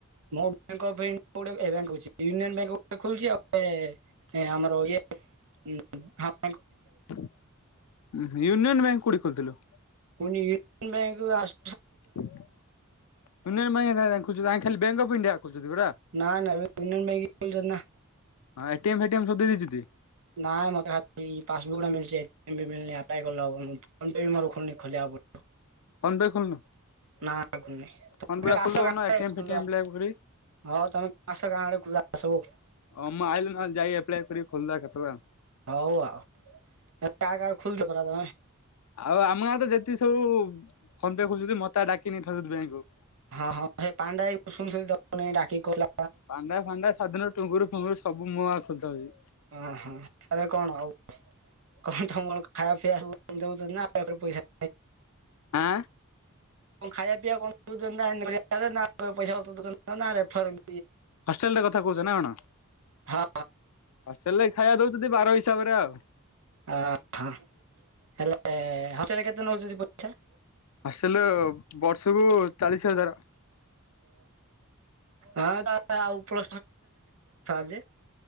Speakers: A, on the right (about 65°); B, on the left (about 85°).
A: ମୋ ବ୍ୟାଙ୍କ ଅଫ୍ ଇନ୍ ଗୋଟେ ରାଙ୍କ ଅଛି। ୟୁନିୟନ୍ ବ୍ୟାଙ୍କ ସବୁ ଖୋଲିଛି ଆଉ। ଏ ଏ ଆମର ଇଏ ଇନ୍ ଆ
B: ଉଁ ହୁଁ ୟୁନିୟନ୍ ବ୍ୟାଙ୍କ କୋଉ ଠୁ ଖୋଲ ଥିଲୁ।
A: ଫୁଣି ୟୁନିଏନ ବ୍ୟାଙ୍କ କୁ ଆଶ୍
B: <unintelligible> ଖୁଲ୍ ଛୁ ଜା ଖାଲି ବ୍ୟାଙ୍କ ଅଫ ଇଣ୍ଡିଆ। ଖୋଲିଛନ୍ତି ପରା।
A: ନା ନା <unintelligible>
B: ହଁ ଏ-ଟି-ଏମ୍ ଫେଟି ଏମ୍ ସବୁ ଦେଇଦେଇଛିନ୍ତି।
A: ନା ନ <unintelligible> ଇଁ ମୋା ପାସବୁକ ଟା ମିନି ଆପ୍ଲେବୋ ମୋର ଖ ଖୋଲିବାକୁ
B: ଫୋନ ପେ ଖୋଲୁନୁ
A: ନ ଖୋଲିନି ନା
B: ଫୋନ ପେ
A: ତମେ
B: ଟା ଖୋଲିଦଉନୁ
A: ଆସ ଗାଁ
B: ଏଟିଏମ୍
A: ଆଦି
B: ଫେଟିଏମ୍
A: ଖୋଲିଦେବା
B: ଆପ୍ଲାଏ କରି।
A: ତମେ ଆସ ଗାଁ ଆଦି ଖୋଲିଦେବା।
B: ହଁ ମୁଁ ଆଇଲେ ନହେଲେ ଯାଇ ଏପ୍ଲାୟ କରି ଖୋଲଦବା କେତେଳେ ଆଉ।
A: ହଉ ଆଉ ଆକାର ଖୋଲଛ ପରା ତମେ
B: ଆଉ ଆମ ଗାଁ ରେ ତ ଯେତିିକି ସବୁ ଫୋନ ପେ କରୁଛନ୍ତି ମତେ ଡାକି ନେଇଥାନ୍ତୁ ବ୍ୟାଙ୍କକୁ।
A: ହଁ ହଁ ସେ ପାଣ୍ଡା ଶୁ ଶୁ ଡାକି <unintelligible>
B: ପାଣ୍ଡା ଫାଣ୍ଡା ସାଦନରୁ ଟୁଙ୍ଗୁରୁ ଫୁଙ୍ଗୁର ସବୁ ମୁଁ ଆ ଖୋଲିଥାଆନ୍ତି।
A: ହଁ ହଁ ଏବେ କଣ ଆଉ କଣ ତମ କଣ <unintelligible> ଖାଇବା ପିଇବାବଉ ପଇସା
B: ଆଁ
A: କଣ ଖାଇବା ପିଇବା କଣ ଦଉଛନ୍ତିସାଉଛନ୍ତି <unintelligible>
B: ହଷ୍ଟେଲ ରେ କଥା କହୁଛ ନା କଣ?
A: ହଁ
B: ହସଲେ ଖାଇବା ଦଉଚନ୍ତି ବାହାର ହିସାବରେ ଆଉ।
A: ଅହ ହେଲେ ହଶିଲେ କେତେ ନୋଉଛନ୍ତି ପଇସା
B: ଆସିଲୁ ବର୍ଷକୁ ଚାଳିଶୀ ହଜାର।
A: ଆ ଉପର <unintelligible>